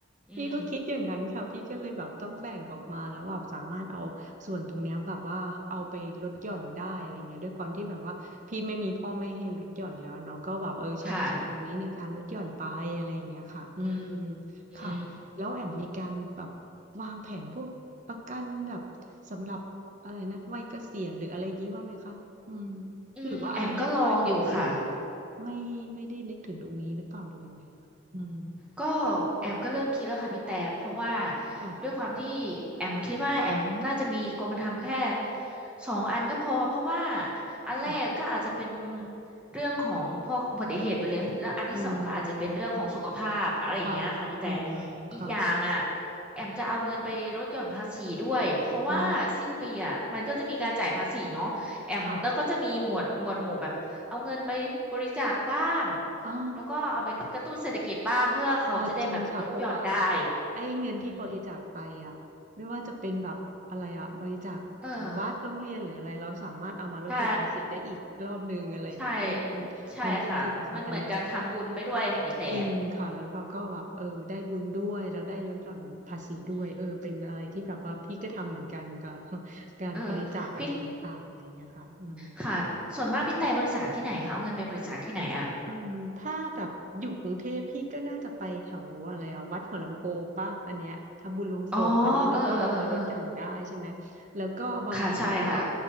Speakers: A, in the centre; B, on the right (about 40°).
A: อืม
B: พี่ก็คิดอย่างนั้นค่ะพี่ก็เลยแบบต้องแบ่งออกมาแล้วแบบสามารถเอาส่วนตรงเนี้ยแบบว่าเอาไปลดหย่อนได้อะไรเงี้ยด้วยความที่แบบว่าพี่ไม่มีพ่อแม่ให้ลดหย่อนแล้วอะเนาะก็แบบเออใช้ส่วนตรงนี้ในการลดหย่อนไปอะไรอย่างเงี้ยค่ะอืม
A: ค่ะอืมอืม
B: ค่ะแล้วแอมมีการแบบวางแผนพวกประกันแบบสำหรับอะไรนะวัยเกษียณหรืออะไรอย่างงี้บ้างไหมคะอืม
A: อืมแอมก็ลองอยู่ค่ะ
B: หรือว่าอายุยังน้อยก็เลยยังแบบไม่ไม่ได้นึกถึงตรงนี้หรือเปล่าหรือยังไงคะอืม
A: ก็แอมก็เริ่มคิดแล้วค่ะพี่แต่เพราะว่า
B: ค่ะ
A: ด้วยความที่แอมคิดว่าแอมน่าจะมีกรมธรรม์แค่สองอันก็พอเพราะว่าอันแรกก็อาจจะเป็น
B: ค่ะ
A: เรื่องของพวกอุบัติเหตุไปเลยแล้วอันที่สองก็อาจจะเป็นเรื่องของสุขภาพอะไรอย่างเงี้ยค่ะพี่แต่
B: อืมค่ะอืมค่ะ
A: อีกอย่างอ่ะแอมจะเอาเงินไปลดหย่อนภาษีด้วยเพราะว่าสิ้นปีอ่ะมันก็จะมีการจ่ายภาษีเนาะแอมแล้วก็จะมีหมวดหมวดหมู่แบบเอาเงินไปบริจาคบ้าง
B: อ๋อค่ะอ๋อ
A: แล้วก็เอาไปกระตุ้นเศรษฐกิจบ้างเพื่อเขาจะได้แบบลดหย่อนได้
B: อ๋อจริงค่ะเพราะว่าไอ้เงินที่บริจาคไปอ่ะไม่ว่าจะเป็นแบบอะไรอ่ะบริจาคกับวัดโรงเรียนหรืออะไรเราสามารถเอามาลดหย่อนภาษีได้อีกรอบนึงอะไรเงี้ยเออมันมันก็จริงค่ะอันนี้
A: อืมเออใช่ใช่ใช่ค่ะมันเหมือนการทำบุญไปด้วยค่ะพี่แต่
B: จริงค่ะแล้วเราก็แบบเออได้บุญด้วยแล้วได้ลดหย่อนภาษีด้วยเออเป็นอะไรที่แบบว่าพี่ก็ทำเหมือนกันค่ะ
A: อืมอืม
B: <laughs> การบริจาคอะไรต่างๆอะไรเงี้ยค่ะอืม
A: เออพี่ค่ะส่วนมากพี่แต่บริจาคที่ไหนคะเอาเงินไปบริจาคที่ไหนอะ
B: อืมถ้าแบบอยู่กรุงเทพพี่ก็น่าจะไปแถวอะไรอ่ะวัดหัวลำโพงปะอันเนี้ยถ้าบุญลงโศกอันนี้เราก็เอามาลดหย่อนได้ใช่ไหมแล้วก็บางทีก็
A: อ๋อเออเออเออเออค่ะใช่ค่ะ